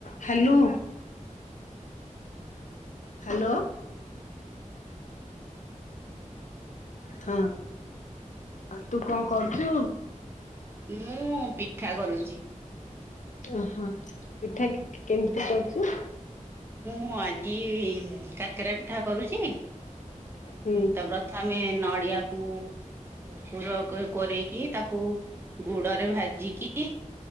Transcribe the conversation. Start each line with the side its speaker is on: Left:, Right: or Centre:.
Left: Hello. Hello. ହଁ ତୁ କଣ କରୁଛୁ।
Right: ମୁଁ ପିଠା କରୁଛି।
Left: ଓହୋ ପିଠା କେମିତି। କରଛୁ।
Right: ମୁଁ ଆଜି କାକେରା ପିଠା କରୁଛି
Left: ହୁଁ
Right: ତ ପ୍ରଥମେ। ନଡ଼ିଆକୁ ପୁର କରେଇକି ତାକୁ ଗୁଡରେ ଭାଜିକି